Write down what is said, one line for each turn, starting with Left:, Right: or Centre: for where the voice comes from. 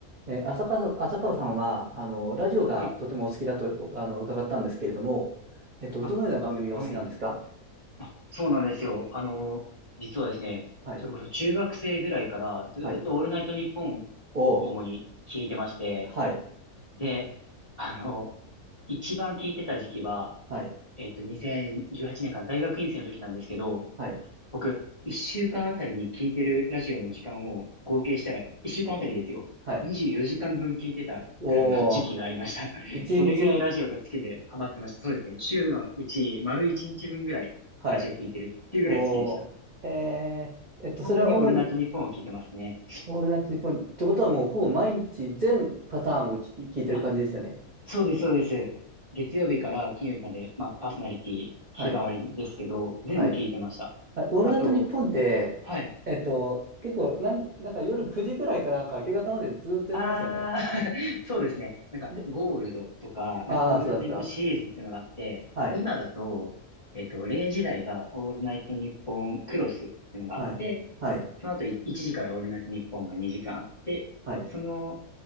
Right: えー浅川、浅川さんは、あの、ラジオがとてもお好きだと、
Left: はい。
Right: あの、伺ったんですけれども、えっと、
Left: あ、
Right: どのような番組がお好きなんですか
Left: はい。あ、そうなんですよ。あの、実はですね、
Right: はい。
Left: それこそ中学生ぐらいからずーっとオールナイトニッポンを主に聞いてまして、
Right: はい。おー。はい。
Left: で、あの、一番聞いてた時期は、
Right: はい。
Left: えっと、2018年間大学院生の時なんですけど、
Right: はい。
Left: 僕、一週間あたりに聞いてるラジオの時間を合計したら、一週間あたりですよ。
Right: はい。
Left: 24時間分聞いてたぐらいの時期がありました。
Right: おー。
Left: <laughs>
Right: 一日。
Left: それぐらいラジオが好きでハマってました。そうですね。週のうち丸1日分ぐらいラジオ聞いてるっていうぐらい好きでした。
Right: はい。おー。へえ。えっと、
Left: 主にオールナイトニッポンを聞いてますね。
Right: それは主に、オールナイトニッポン、ってことはもう、ほぼ毎日全パターンを聞き、聞いてる感じですよね。
Left: あ、そうです、そうです。月曜日から金曜日まで、まあ、パーソナリティ日替わりですけど、
Right: はい。
Left: 全部聞いてました。
Right: はい。あオールナイトニッポンって、
Left: あと、はい。
Right: えっと、結構、なん、なんか夜9時ぐらいからなんか明け方までずっとやってますよね。
Left: ああ、<laughs> そうですね。なんか、
Right: で
Left: ゴールドとか、なんか、
Right: ああ、
Left: オールナイトニッポンシリーズっていうのがあって、
Right: そうだそうだ。はい。
Left: 今だと、えっと、0時台がオールナイトニッポンクロスっていうのがあって、
Right: はい。はい。
Left: その後い1時からオールナイトニッポンが2時間あって、
Right: はい。
Left: その、